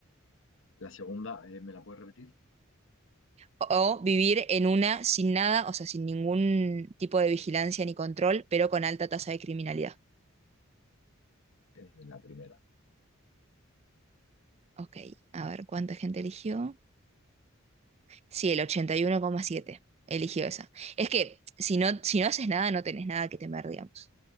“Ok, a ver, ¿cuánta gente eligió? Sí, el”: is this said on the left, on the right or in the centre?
Right